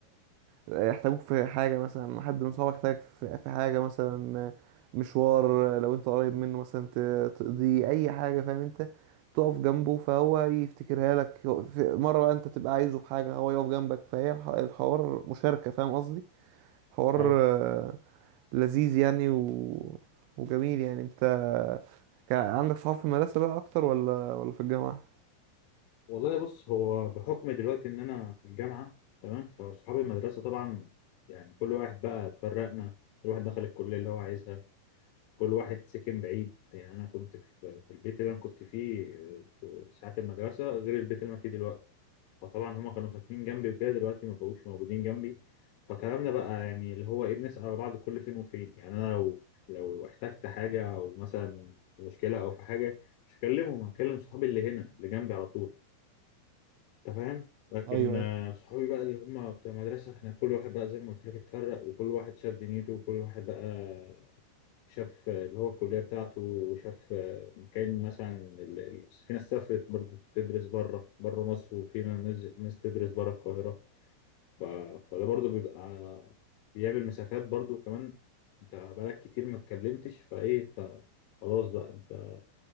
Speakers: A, on the right; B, on the left.
A: يحتاجوك في حاجة مثلا حد من صحابك يحتاجك في في حاجة مثلا مشوار لو انت قريب منه مثلا ت- تقضي اي حاجة فاهم انت تقف جنبه فهو يفتكرها لك في مرة بقى انت تبقى عايزه في حاجة هو يقف جنبك فهي الح- الحوار مشاركة فاهم قصدي حوار
B: ايوه
A: آه، لذيذ يعني و... وجميل يعني انت كان عندك صحاب في المدرسة بقى اكتر ولا ولا في الجامعة
B: والله بص هو بحكم دلوقتي ان انا في الجامعة تمام فصحاب المدرسة طبعا يعني كل واحد بقى اتفرقنا كل واحد دخل الكلية اللي هو عايزها كل واحد سكن بعيد يعني انا كنت في في البيت اللي انا كنت فيه في ساعات المدرسة غير البيت اللي انا فيه دلوقتي فطبعا هما كانوا ساكنين جنبي وكده دلوقتي ما بقوش موجودين جنبي فكلامنا بقى يعني اللي هو ايه بنسأل على بعض كل فين وفين يعني انا لو لو احتجت حاجة او مثلا مشكلة او في حاجة مش هكلمهم هكلم صحابي اللي هنا اللي جنبي على طول انت فاهم لكن
A: ايوه
B: آه،
A: ايوه
B: صحابي بقى اللي هم بتوع المدرسة احنا كل واحد بقى زي ما قلت لك اتفرق وكل واحد شاف دنيته وكل واحد بقى شاف آه، اللي هو الكلية بتاعته وشاف آه، كان مثلا ال- ال- في ناس سافرت برضه تدرس بره بره مصر وفي ناس ناس تدرس بره القاهرة ف... فده برضو بيبقى بيعمل مسافات برضو كمان انت بقالك كتير ما اتكلمتش فايه فخلاص بقى انت